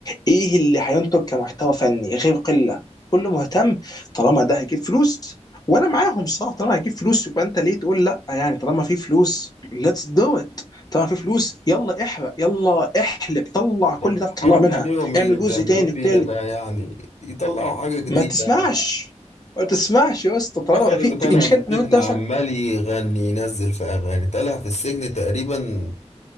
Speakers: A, on the left (about 30°); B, on the left (about 70°).
A: ايه اللي هينتج كمحتوى فني غير قله كله مهتم طالما ده هيجيب فلوس وانا معاهم صح طالما هيجيب فلوس يبقى انت ليه تقول لا يعني طالما في فلوس ليتس دو ات طالما في فلوس يلا احرق يلا احلب طلع كل
B: طب
A: ده تطلع
B: حرام
A: منها
B: عليهم اللي
A: اعمل
B: بيعملوه
A: جزء تاني وتالت
B: فينا ده يعني يطلعوا حاجه جديده
A: ما تسمعش ما تسمعش يا اسطى طالما
B: فخر
A: في
B: اللي طالع
A: في مشكله
B: من السجن
A: انا وانت
B: عمال
A: مثلا
B: يغني ينزل في اغاني طالع في السجن تقريبا